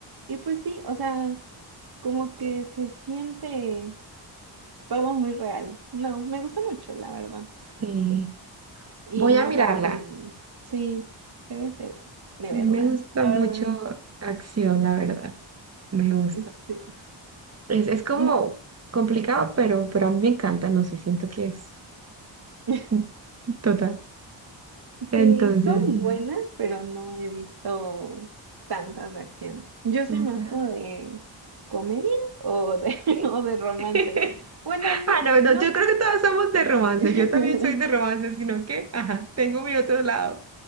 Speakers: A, on the right; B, on the right.
A: y pues sí, o sea, como que se siente todo muy real. No, me gusta mucho, la verdad.
B: Sí.
A: y
B: Voy
A: no
B: a mirarla.
A: acaba con,
B: A
A: sí, debes de, de
B: mí
A: verla,
B: me gusta
A: la
B: mucho
A: verdad,
B: acción, la verdad. Me gusta.
A: sí.
B: Es, es como
A: No-
B: complicado, pero, pero a mí me encanta. No sé, siento que es
A: <laughs>
B: <laughs> total.
A: sí,
B: Entonces,
A: son buenas,
B: na-
A: pero no he visto tantas de acción. Yo soy
B: na-
A: más como de comedia o de, <laughs>
B: ¿sí?
A: o de romance.
B: <laughs>
A: Bueno, no,
B: Ah, no,
A: no.
B: no, yo creo que todas somos de romance.
A: s-
B: Yo también soy de romance, sino que, ajá, tengo mi otro lado.